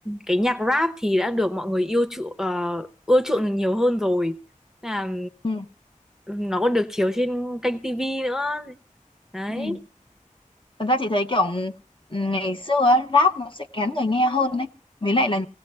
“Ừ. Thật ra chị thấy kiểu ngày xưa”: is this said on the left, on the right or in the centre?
Left